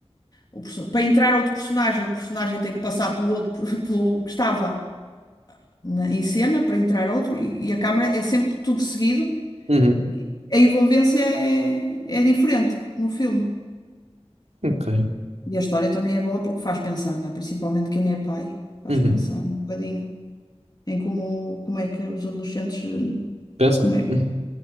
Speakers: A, on the left (about 40°); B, on the right (about 85°).
A: o perso- para entrar outro personagem, o personagem tem que passar pelo outro, <laughs> pelo que estava na- em cena para entrar outro e, e a câmara é sempre tudo seguido.
B: Uhum.
A: E A envolvência é, é diferente no filme.
B: Ok.
A: E a história também é boa porque faz pensar, não é? Principalmente quem é pai, faz
B: Uhum.
A: pensar um bocadinho em como, como é que os adolescentes eh,
B: Pensam?
A: como é,
B: Uhum.